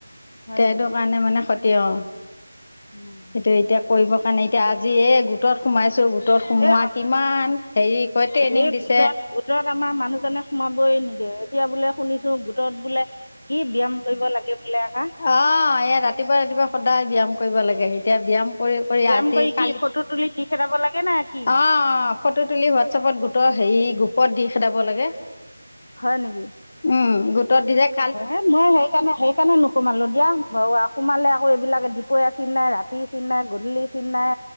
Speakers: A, on the left; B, on the left.
A: হয়
B: তেটো
A: নেকি
B: কাৰণে মানে ক্ষতি অ।
A: উম।
B: সেইটো এতিয়া কৰিবৰ কাৰণে এতিয়া আজি এই গোটত সোমাইছো গো তত সোমোৱা
A: এ
B: কিমান হেৰি কয় ট্ৰেইনিং
A: এই
B: দিছে।
A: গোটত গোটত আমাৰ মানুহজনে সোমাবই নিদিয়ে, এতিয়া বোলে শুনিছো গোটত বোলে, কি ব্যয়াম কৰিব লাগে বোলে আকা?
B: অ', এয়া ৰাতিপুৱা, ৰাতিপুৱা, সদায় ব্যায়াম কৰিব লাগে সি এতিয়া ব্যায়াম কৰি কৰি
A: ব্যায়াম
B: আজি, কালি,
A: কি ফটো
B: অ',
A: তুলি দি খেদাব লাগে নে কি
B: অ' ফটো তুলি হোৱাটছআপত গোটৰ হেৰি গ্ৰুপত দি খেদাব লাগে।
A: হয় নেকি?
B: উম, গোটত দিৰেক
A: অ', সেই মই সেই কাৰণে সেইকাৰণে নোসোমালো দিয়া ব আ সোমালে আকৌ এইবিলাকে দীপৰীয়া চিনাই, ৰাতি চিনাই, গধূলি চিন নাই,